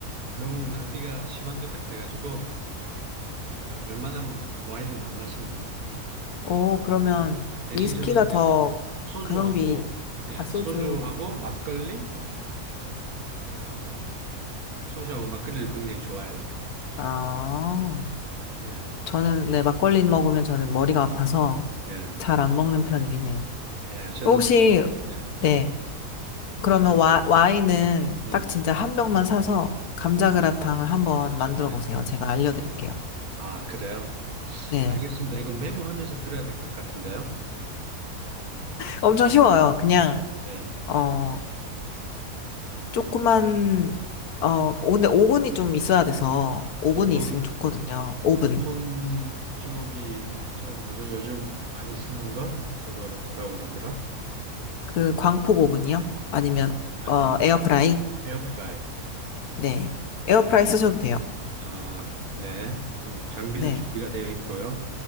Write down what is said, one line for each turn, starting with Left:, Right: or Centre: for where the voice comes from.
Right: 너무 낭비가 심한 것 같아가지고, 어, 웬만하면 그 와인은 안 마십니다.
Left: 오, 그러면
Right: 대신
Left: 위스키가
Right: 저는 이제
Left: 더
Right: 소주하고,
Left: 가성비,
Right: 예,
Left: 아, 소주.
Right: 소주하고 막걸리, 어, 소주하고 막걸리를 굉장히 좋아해요.
Left: 아,
Right: 예,
Left: 저는, 네, 막걸리 먹으면 저는 머리가 아파서
Right: 예,
Left: 잘 안 먹는 편이긴 해요.
Right: 예, 저는
Left: 어, 혹시,
Right: 그, 예,
Left: 네, 그러면
Right: 그,
Left: 와, 와인은
Right: 음,
Left: 딱 진짜 한 병만 사서 감자그라탕을
Right: 예,
Left: 한번 만들어
Right: 예.
Left: 보세요. 제가 알려드릴게요.
Right: 아, 그래요?
Left: 네.
Right: 알겠습니다. 이거 메모하면서 들어야 될 것 같은데요.
Left: 엄청 쉬워요. 그냥,
Right: 예,
Left: 어, 조그만, 어, 근데 오븐이 좀 있어야 돼서, 오븐이
Right: 오 분
Left: 있으면 좋거든요. 오븐.
Right: 오 분 저기, 저 뭐죠? 요즘 많이 쓰는 거? 저거 뭐라고 그러더라?
Left: 그 광폭 오븐이요? 아니면
Right: 아니,
Left: 어 에어프라이?
Right: 에어프라이.
Left: 네. 에어프라이 쓰셔도 돼요.
Right: 아, 네. 음, 장비는
Left: 네.
Right: 준비가 되어 있고요.